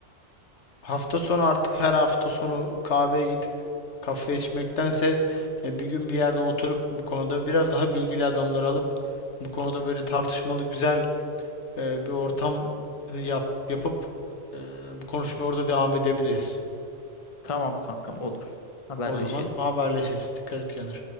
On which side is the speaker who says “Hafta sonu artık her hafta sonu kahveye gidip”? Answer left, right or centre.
Left